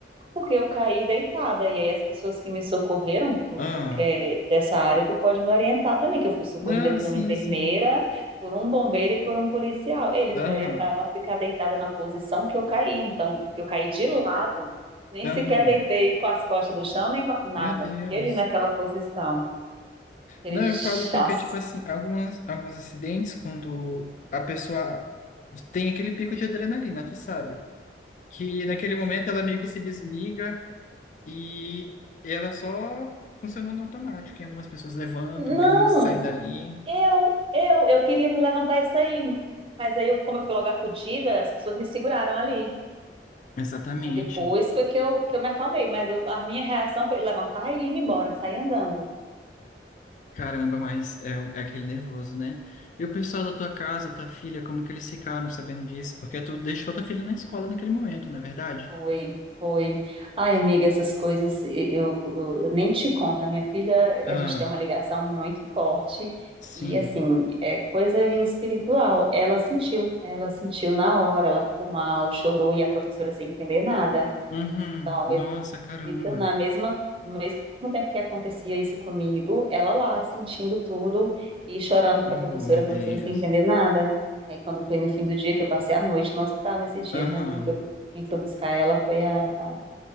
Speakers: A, on the right; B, on the left.
A: Porque eu caí deitada, e aí as pessoas que me socorreram, tu,
B: Ah,
A: tu que é dessa área, tu pode me orientar também, que eu fui socorrida
B: não,
A: por
B: sim,
A: uma enfermeira,
B: sim.
A: por um bombeiro e por um policial. Eles
B: Aham,
A: me orientaram a ficar deitada na posição que eu caí, então, do que eu caí de lado, nem
B: aham.
A: sequer deitei com as costas no chão, nem com a- nada,
B: Meu Deus.
A: fiquei ali naquela posição, aquele
B: Não,
A: chás.
B: eu falo porque, tipo assim, alguns, alguns acidentes, quando a pessoa tem aquele pico de adrenalina, tu sabe? Que naquele momento ela meio que se desliga E ela só funcionou no automático. E algumas pessoas levantam,
A: Não,
B: querem sair dali.
A: eu, eu, eu queria me levantar isso aí, mas aí, eu, como eu fui logo acudida, as pessoas me seguraram ali.
B: Exatamente.
A: Aí depois foi que eu, que eu me acalmei, mas eu- a minha reação foi levantar e ir me embora, sair andando.
B: Caramba, mas é, é aquele nervoso, né? E o pessoal da tua casa, tua filha, como que eles ficaram sabendo disso? Porque tu deixou tua filha na escola naquele momento, não é verdade?
A: Foi, foi. Ai, amiga, essas coisas e- eu, eu- eu nem te conto. A minha filha,
B: Ah,
A: a gente tem uma ligação muito forte
B: sim.
A: e, assim, é coisa espiritual. Ela sentiu, ela sentiu na hora, ela ficou mal, chorou e a professora sem entender nada.
B: Uhum.
A: Então, ao mesmo,
B: Nossa, caramba.
A: acredita, na mesma, no mesmo tempo que acontecia isso comigo, ela lá sentindo tudo e chorando para
B: Oh,
A: a professora,
B: meu
A: a
B: Deus.
A: professora sem entender nada. Aí, quando foi no fim do dia, que eu passei a noite no hospital nesse dia,
B: Aham,
A: né? Quem foi, quem foi buscar ela foi a, a,